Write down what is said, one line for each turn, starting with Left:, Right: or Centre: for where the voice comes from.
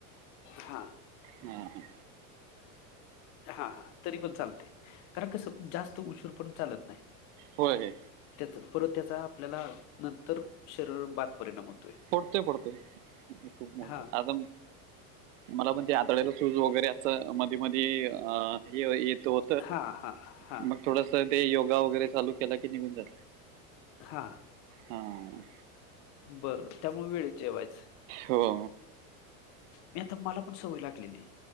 Left: हां.
Right: हा हा.
Left: हा तरी पण चालते. कारण कसं जास्त उशीर पण चालत नाही.
Right: होय
Left: त्याचा परत त्याचा आपल्याला नंतर शरीर बाद परिणाम होतोय.
Right: पडतेय पडते खूप मोठा
Left: हां,
Right: आगम मला पण ते आतड्याला सूज वगैरे असं मध्ये-मध्ये अ ये येतो
Left: हां, हां, हां.
Right: मग थोडस ते योगा वगैरे चालू केला की निघून जात.
Left: हां.
Right: हां.
Left: बरं त्यामुळे वेळेेत जेवायचं.
Right: हो.
Left: नाही आता मला पण सवय लागलेली